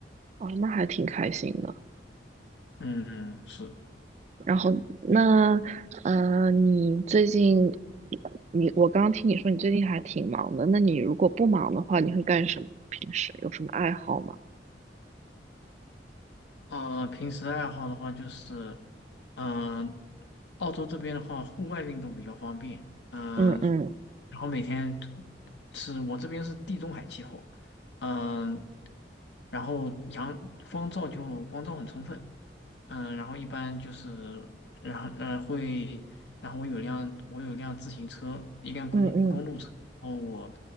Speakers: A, on the right; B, on the left.
A: 哦，那还挺开心的。
B: 嗯，是。
A: 然后那，呃，你最近，你我刚刚听你说你最近还挺忙的，那你如果不忙的话，你会干什么呢？平时有什么爱好吗？
B: 呃，平时爱好的话就是，嗯、澳洲这边的话，户外运动比较方便，嗯、
A: 嗯嗯
B: 然后每天是我这边是地中海气候，嗯、然后阳光照就光照很充分，嗯、然后一般就是，然后呃会，然后我有辆我有辆自行车，一辆公公路车，
A: 嗯嗯，
B: 然后我